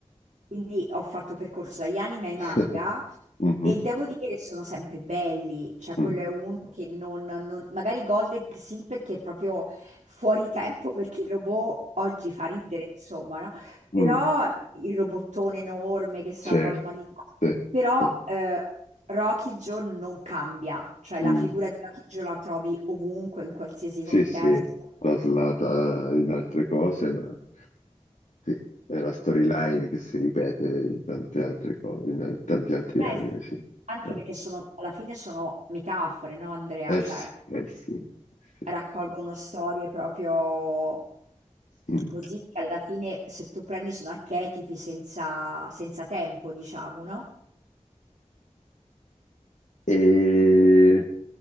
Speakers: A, on the right; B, on the left.
A: Quindi ho fatto percorso agli anime e ai manga
B: <laughs> Mhm,
A: e devo dire che sono sempre belli, cioè
B: mm.
A: quello è uno che non, non- magari Goldrick sì perché è proprio fuori tempo <laughs> perché il robot oggi fa ridere, insomma, no?
B: Mm,
A: Però il robottone enorme che salva
B: Certo,
A: l'umanità.
B: sì,
A: Però
B: sì.
A: eh, Rocky Joe non cambia, cioè la
B: Mm,
A: figura di Rocky Joe la trovi ovunque, in qualsiasi
B: Sì,
A: contesto.
B: sì, traslata in altre cose, ma Sì, è una storyline che si ripete in tante altre cose, in tanti altri
A: Eh
B: anime,
A: sì,
B: sì.
A: anche
B: Eh,
A: perché sono, alla fine sono metafore, no Andrea?
B: eh
A: Cioè,
B: sì, eh sì, sì.
A: raccolgono storie proprio
B: Mm.
A: così che alla fine se tu prendi sono archetipi senza, senza tempo, diciamo, no?
B: E...